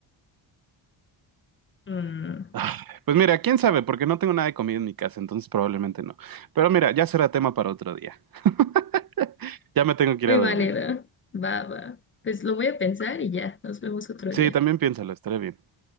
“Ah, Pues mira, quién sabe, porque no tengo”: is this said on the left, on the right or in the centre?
Right